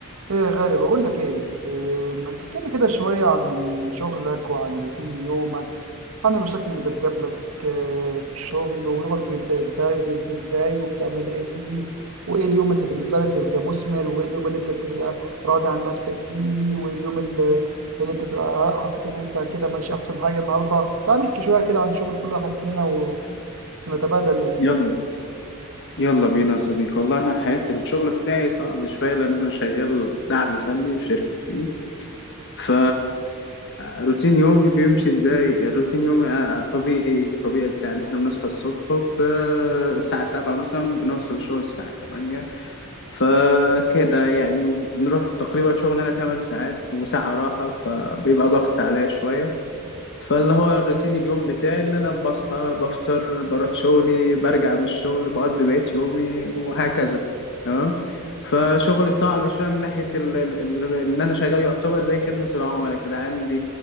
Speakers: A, on the right; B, on the left.
A: ايه يا غالي بقول لك ايه إيه، ما تحكي لي كده شوية عن شغلك وعن روتين يومك عن المشاكل اللي بتقابلك آه، في الشغل ويومك بيبدأ ازاي وبينتهي ازاي وبتعمل ايه فيه وايه اليوم اللي بالنسبة لك بيبقى مثمر وايه اليوم اللي انت بتبقى راضي عن نفسك فيه وايه اليوم اللي, اللي انت تبقى لأ، حسيت ان انت كده مش احسن حاجة النهاردة تعال نحكي شوية كده عن شغل كل واحد فينا و- ونتبادل
B: يلا يلا بينا يا صديقي والله انا حياة الشغل بتاعي صعب شوية لان انا شغال دعم فني في شركة وي ف روتين يومي بيمشي ازاي الروتين يومي آه، الطبيعي الطبيعي بتاعنا احنا بنصحى الصبح وب- الساعة سبعة مثلا بنوصل الشغل الساعة تمانية فكده يعني بنروح تقريبا شغل انا تمن ساعات وساعة راحة فبيبقى ضغط عليا شوية فاللي هو الروتين اليوم بتاعي ان انا بصحى بفطر بروح شغلي برجع من الشغل بقضي بقية يومي وهكذا تمام فشغلي صعب شوية من ناحية ال... ال... ال... ان انا شغال يعتبر زي خدمة العملاء كده عندي